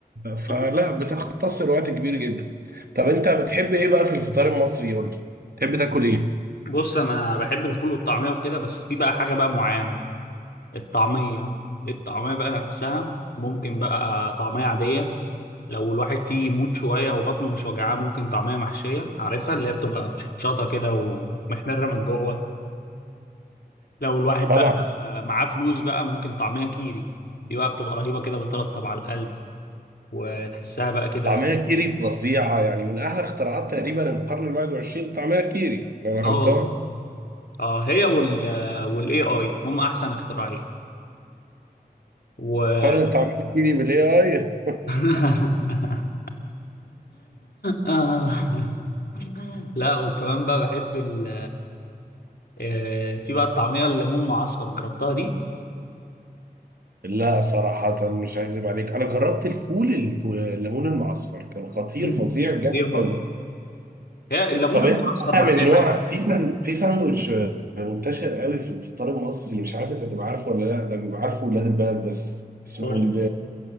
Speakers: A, on the right; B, on the left.
A: فلا
B: طب
A: بتختصر وقت كبير جدا طب انت بتحب ايه بقى في الفطار المصري قول لي تحب تاكل ايه
B: بص انا بحب الفول والطعميه وكده بس في بقى حاجه بقى معينه الطعمية الطعمية بقى نفسها ممكن بقى طعمية عادية لو الواحد فيه يموت شوية وبطنه مش وجعاه ممكن طعمية محشية عارفها اللي هي بتبقى شطة كده ومحمرة من جوه لو الواحد
A: طبعا
B: بقى معاه فلوس بقى ممكن طعمية كيري دي بقى بتبقى رهيبة كده بترطب على القلب وتحسها بقى كده
A: طعمية كيري فظيعة يعني من أحلى اختراعات تقريبا القرن ال 21 طعمية كيري لو أنا غلطان
B: اه والله اه هي وال والاي اي هم احسن اختراعين و
A: قارن طعمية كيري بالإي آي
B: <laughs> آه. لا وكمان بقى بحب ال آه، في بقى الطعميه الليمون مع اصفر جربتها دي
A: لا صراحة مش هكذب عليك أنا جربت الفول الفو- الليمون المعصفر كان خطير
B: <clears throat> مم.
A: فظيع
B: خطير
A: جامد
B: برضه
A: قوي
B: هي الليمون
A: طب
B: مع
A: أنت
B: اصفر
A: بقى
B: مع
A: من
B: اي
A: نوع
B: حاجه
A: في سن... في ساندوتش منتشر قوي في الفطار المصري مش عارف أنت هتبقى عارفه ولا لا ده بيبقى عارفه ولاد البلد بس اسمه
B: قول
A: الب...
B: لي